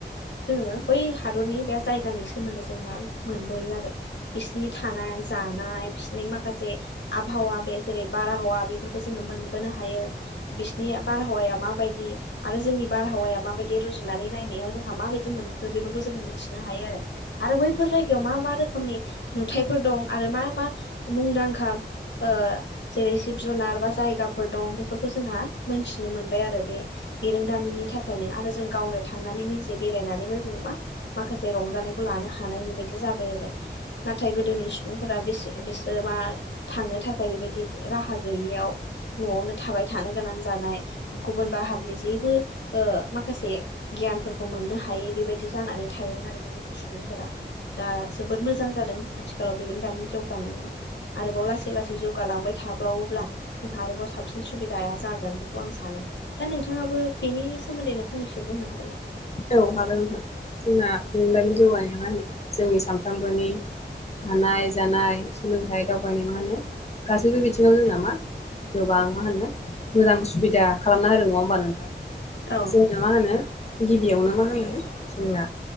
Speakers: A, on the left; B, on the left.
A: जोङो बै हादरनि बे जायगानि सोमोन्दै जोंहा मोनबोयो आरो बिसनि थानाय जानाय बिसनि माखासे आबहावा बे जेरै बारहावा बेफोरखौ जोङो मोनबोनो हायो बिसिनि बारहावाया माबायदि आरो जोंनि बारहावाया माबायदि रुजुनानै नायनायाव जोंहा माबायदि मोनखो बेफोरखौ जोङो मोनथिनो हायो आरो आरो बैफोर जायगायाव मा मा रोखोमनि नुथायाइफोर दं आरो मा मा मुंदांखा? ओ जेरै जिब जुनार बा जायगाफोर दं बेफोरखौ जोंहा मोनथिनो मोनबाय आरो बे बिरोंदामिनि थाखायनो आरो जों गावनो थांनानै निजे बेरायनानैबो जोङो मा? माखासे रंजानायखौ लानो हानाय बेबायदि जाबाय आरो नाथाय गोदोनि सुबुंफोरा बेस -बिसोरो मा थांनो थाखाय बेबायदि राहा गैयियाव न'आवनो थाबाय थानो गोनां जानाय गुबुन बाहागनि जेबो ओ माखासे गियानफोरखौ मोननो हायै बेबायदि जानानै थायोमोन आरो गोदोनि सुबुंफोरा दा जोबोद मोजां जादों आथिखालाव बिरों दामिन जौगानाया आरोबाव ला लासै लासै जौगालांबाय थाब्लावोब्ला जोंहा आरोबाव साबसिन सुबिदाया जागोन बेखौ आं सानो दा नोंथाङाबो बेनि सोमोन्दैनो फंनैसो बुंनो हागोन नामा?
B: औ हागोन नोंथां जोंना बेदामिन जौगानाया मा होनो जोंनि सामफ्रामबोनि थानाय जानाय सोलोंथाइ दावबायनाय मा होनो गासैबो बिथिङाव जोंना मा गोबां मा होनो मोजां सुबिदा खालामना होदों नङा होमबा नोंथां
A: औ
B: जोंनो मा होनो गिबियावनो मा होनो जोंना